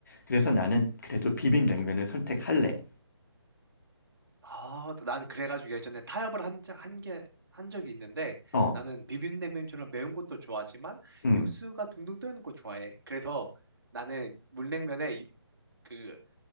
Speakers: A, on the left (about 40°); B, on the right (about 50°).
A: 그래서 나는 그래도 비빔냉면을 선택할래.
B: 아, 나는 그래가지고 예전에 타협을 한, 자- 한 게, 한 적이 있는데
A: 어,
B: 나는 비빔냉면처럼 매운 것도 좋아하지만
A: 음.
B: 육수가 둥둥 떠있는 거 좋아해. 그래서 나는 물냉면에 유- 그